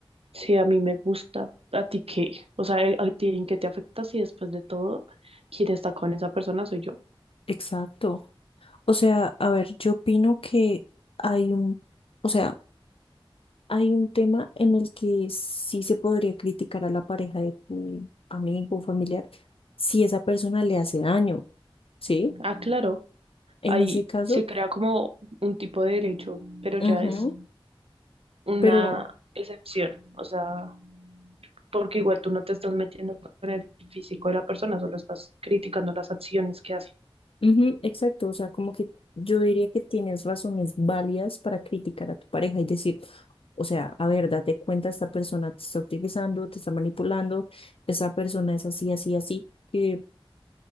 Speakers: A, on the right (about 80°); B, on the left (about 70°).
A: si a mí me gusta, a ti qué, o sea, a ti en qué te afecta si después de todo quien está con esa persona soy yo.
B: exacto. O sea, a ver, yo opino que hay un, o sea, hay un tema en el que sí se podría criticar a la pareja de tu amigo o familiar si esa persona le hace daño, ¿sí?
A: Ah, claro,
B: En
A: ahí
B: ese caso,
A: se crea como un tipo de derecho, pero
B: ujú,
A: ya es una
B: Pero
A: excepción, o sea, porque igual tú no te estás metiendo con el físico de la persona, solo estás criticando las acciones que hace.
B: Ujú, exacto, o sea, como que yo diría que tienes razones válidas para criticar a tu pareja y decir, o sea, a ver, date cuenta, esta persona te está utilizando, te está manipulando, esta persona es así, así, así, que,